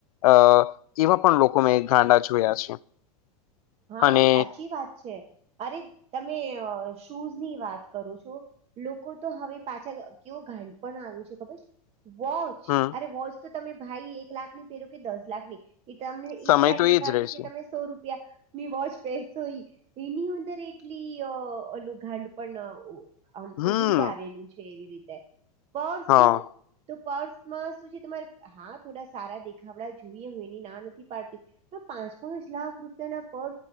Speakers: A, on the left; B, on the right.
A: અ એવા પણ લોકો મેં ગાંડા જોયા છે
B: હા
A: અને
B: સાચી વાત છે અરે તમે શૂઝ ની વાત કરો છો લોકો તો હવે પાછા કેવો ગાંડ પણ આવ્યું છે ખબર વોચ
A: હમ
B: અરે વોચ તો તમે ભાઈ એક લાખ ની પેર કે દસ લાખ ની એ તમને
A: સમય
B: ઈજ ટાઈમ
A: તો
B: દેખાડશે
A: એજ રહેશે
B: જે તમે સો રૂપિયા ની વોચ પહેરસ એની અંદર એટલી અલું ઘાંડ પણ આમ
A: હમ
B: ઉભરી આવેલું છે એવી રીતે પર્સ
A: હા
B: જોવો તો પર્સમાં શું છે તમારે હા થોડા સારા દેખાવડા જોઈએ હું એની ના નથી પાડતી પણ પાંચ પાંચ લાખ રૂપિયાના